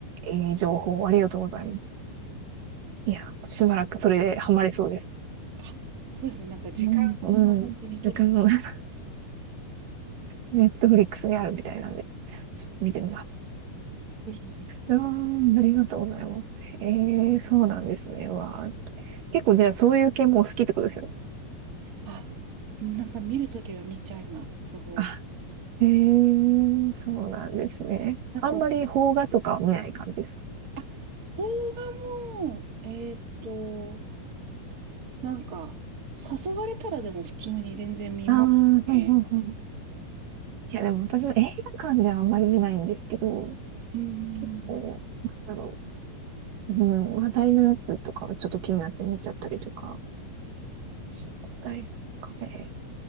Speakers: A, on the right (about 65°); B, on the right (about 30°).
A: う、いい情報ありがとうございます。いや、しばらくそれでハマれそうです。
B: あ、そうですね。なんか時間が本当に解けて、
A: うん。うん。だから、<laughs> ネットフリックスにあるみたいなんで、ちょっと見てみます。
B: ぜひぜひ。
A: あーんありがとうございます。へえ、そうなんですね。わあ、結構じゃあそういう系もお好きってことですよ。
B: あ、なんか見るときは見ちゃいます。すごい。
A: あ、へえ、そうなんですね。
B: なんか、
A: あんまり邦画とかは見ない感じですか
B: あ、邦画も、えーっと、なんか、誘われたらでも普通に全然見ますね。
A: ああー、はいはいはい。いや、でも私も映画館ではあんまり見ないんですけど、
B: うん、
A: 結構ね、なんだろう。うん、話題のやつとかはちょっと気になって見ちゃったりとかしちゃいますかね。